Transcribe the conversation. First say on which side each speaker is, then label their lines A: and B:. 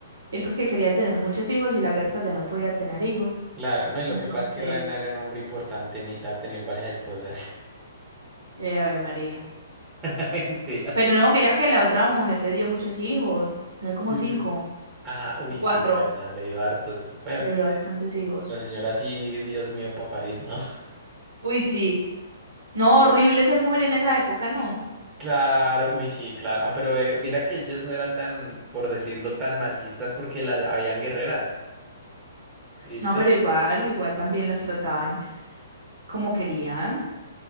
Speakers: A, on the right; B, on the right.
A: Él porque quería tener muchos hijos y Lagertha ya no podía tener hijos.
B: Claro, ¿no? Y lo
A: Entonces,
B: que pasa es que Ragnar era un hombre importante, necesitaba tener varias esposas
A: eh, Ave María.
B: <laughs> enteras.
A: Pero no, mira que la otra mujer le dio muchos hijos. Le dio como
B: Sí.
A: cinco
B: Ah, uy,
A: o cuatro.
B: sí, la verdad, le dio hartos. Bueno,
A: Le dio bastantes hijos.
B: la señora sí, Dios mío, para parir, ¿no?
A: Uy, sí. No, horrible ser mujer en esa época, no.
B: Claro, uy, sí, claro. Ah, pero eh, mira que ellos no eran tan, por decirlo, tan machistas porque las habían guerreras, ¿sí viste?
A: No, pero igual, igual también las trataban como querían.